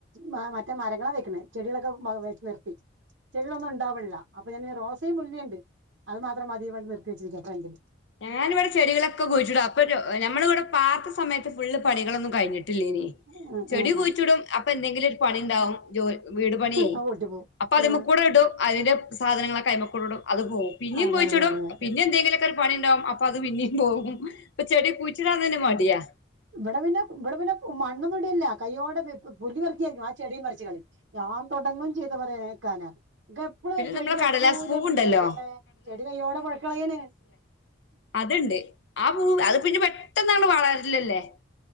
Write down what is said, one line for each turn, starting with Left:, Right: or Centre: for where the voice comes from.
Right: മ മറ്റെ മരങ്ങളാ വെക്ക്ണെ ചെടികളൊക്കെ വെ നിർത്തി ചെടിളൊന്നും ഇണ്ടാവ്ണില്ല അപ്പൊ ഞാൻ റോസീം, മുല്ലിം ഇണ്ട് അത് മാത്രം മതി പറഞ്ട്ട് നിർത്തി വെച്ചിരിക്ക ഫ്രണ്ട്ല്
Left: ഞാനിവടെ ചെടികളൊക്കെ കുഴ്ച്ചിടും അപ്പൊ ഞമ്മളവ്ടെ പാർത്ത സമയത്ത് ഫുള്ള് പണികളൊന്നും കഴിഞ്ഞ്ട്ടില്ലേന്
Right: ആഹ്
Left: ചെടി
Right: ആഹ്
Left: കുഴ്ച്ച്ടും
Right: ആഹ്
Left: അപ്പൊന്തെങ്കിലും ഒര് പണിണ്ടാവും ജോലി വീട് പണി
Right: അത് പൊട്ടി പോവും
Left: അപ്പൊ അതിമ്മക്കുടെ
Right: ആഹ്
Left: ഇടും അതിന്റെ സാധനങ്ങളൊക്കെ അയിമക്കുടെ ഇടും അത് പോവും പിന്നെ
Right: അതെ
Left: കുഴിച്ചിടും
Right: അതെ അതെ
Left: പിന്നെ എന്തേങ്കിലൊക്കെ ഒരു പണിണ്ടാവും അപ്പൊ അത് പിന്നീം പോവും ഇപ്പൊ ചെടി കുഴിച്ചിടാൻ തന്നെ മടിയാ
Right: ഇവിടെ പിന്നെ ഇവിടെ പിന്നെ മണ്ണൊന്നുമിടല്ല കയ്യോടെ പുല്ല് പറിക്കായിരിക്കും ആഹ് ചെടിയും പറിച്ച് കളയും അവൻ തൊടങ്ങും ചെയ്ത് പറയാന് നിക്കാന് ഇത് എപ്പളും
Left: പിന്നെ
Right: ചെടിന്റെടുത്ത്
Left: നമ്മളെ കടലാസ്
Right: പോയ്ട്ട
Left: പൂവുണ്ടല്ലോ
Right: പുല്ല് പറിക്കാൻ ചെടി കയ്യോടെ പുഴുതു കളയാണ്
Left: അതിണ്ട് ആ പൂവ് അത് പിന്നെ പെട്ടെന്ന അങ്ങട്ട് വളരലല്ലെ